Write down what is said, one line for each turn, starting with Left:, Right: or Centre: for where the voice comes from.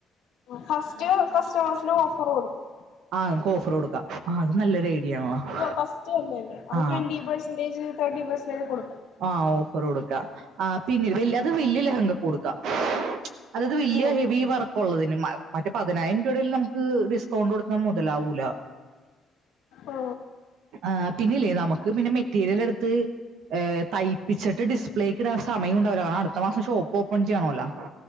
Left: ഫസ്റ്റ് കസ്റ്റമേഴ്സിന് ഓഫർ കൊടുക്കും
Right: ആഹ് നമുക്ക് ഓഫർ കൊടുക്കാം ആ അത് നല്ലൊരു ഐഡിയ ആണല്ലോ
Left: ഫസ്റ്റ് തന്നെയല്ലേ അപ്പ
Right: ആ
Left: ട്വന്റി പെർസന്റേജ് തേർട്ടി പെസന്റജ കൊടുക്കാം.
Right: ആഹ ഓഫർ കൊടുക്ക. ആ പിന്നെ വല് അത് വല്യ ലഹങ്ക കൊടുക്കാം അതത് വലിയ
Left: ഉം
Right: ഹെവി വർക്ക് ഉള്ളതിന് മറ്റേ പതിനായിരം രൂപയുടെൽ നമുക്ക് ഡിസ്കൗണ്ട് കൊടുത്താ മുതലാവൂല
Left: ഓ
Right: ആ പിന്നില്ലേ നമുക്ക് പിന്നെ മെറ്റീരിയൽ എടുത്ത് ഏഹ തയ്പ്പിച്ചിട്ടു ഡിസ്പ്ലേക്ക് ഇടാൻ സമയം ഉണ്ടാവില്ല. കാരണം അടുത്ത മാസം ഷോപ്പ് ഓപ്പൺ ചെയ്യണല്ലോ